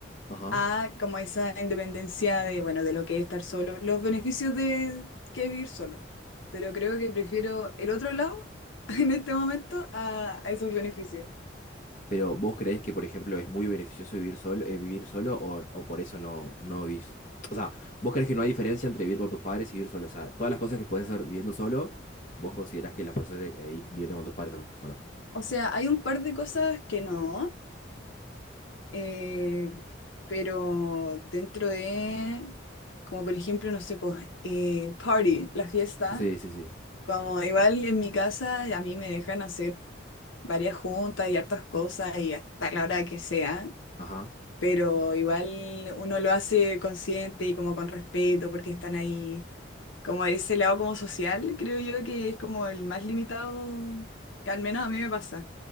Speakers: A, on the left; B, on the left.
A: Ajá.
B: a como esa independencia de, bueno, de lo que es estar solo, los beneficios de que es vivir solo. Pero creo que prefiero el otro lado <laughs> en este momento a, a esos beneficios.
A: Pero ¿vos creés que, por ejemplo, es muy beneficioso vivir solo, eh, vivir solo o, o por eso no, no vivís? O sea, ¿vos creés que no hay diferencia entre vivir con tus padres y vivir solo? O sea, todas las cosas que puedes hacer viviendo solo, vos considerás que las puedes hacer eh, ahí viviendo con tus padres también, ¿o no?
B: O sea, hay un par de cosas que no. Eh, pero dentro de, como por ejemplo, no sé, pues, eh, party, la fiesta,
A: Sí, sí, sí.
B: como igual en mi casa a mí me dejan hacer varias juntas y hartas cosas y hasta la hora que sea,
A: Ajá.
B: pero igual uno lo hace consciente y como con respeto porque están ahí, como ese lado como social, creo yo que es como el más limitado, que al menos a mí me pasa,